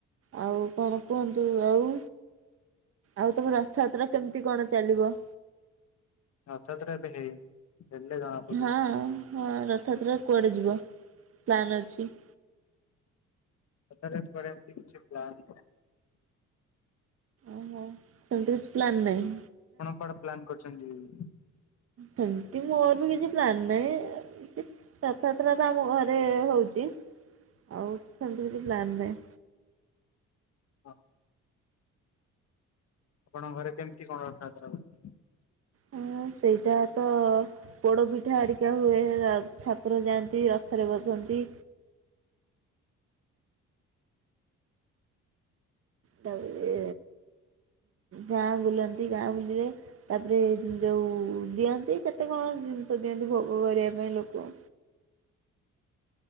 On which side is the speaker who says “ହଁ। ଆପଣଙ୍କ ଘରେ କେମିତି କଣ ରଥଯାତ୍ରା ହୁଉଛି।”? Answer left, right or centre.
Left